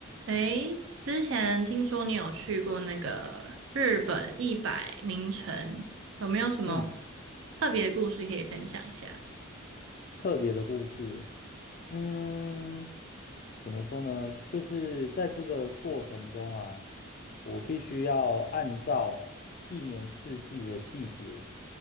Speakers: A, on the right; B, on the left.
A: 诶，之前听说你有去过那个日本一百名城，有没有什么
B: 嗯，
A: 特别的故事可以分享一下？
B: 特别的故事，嗯，怎么说呢？就是在这个过程中啊，我必须要按照一年四季的季节